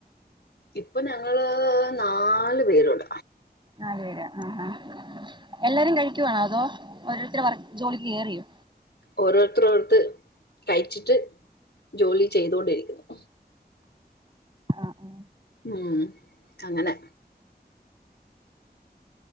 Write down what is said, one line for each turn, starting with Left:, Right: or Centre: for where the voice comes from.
Left: ഇപ്പൊ ഞങ്ങ ങ്ങള് നല്ു പേരുട
Right: നാല് പേരാണ് ഉം ഹ എല്ലാരും കഴിക്കുവാണോ അതോ ഓോരുത്തടെ വർ ജോലിക്ക് കയറിയോ
Left: ഓരോരുത്തരോർത്ത് കഴിച്ചിട്ട് ജോലി ചെയ്തൊണ്ടിരിക്കുന്നു
Right: ആഹ ആഹ
Left: ഉ അങ്ങനെ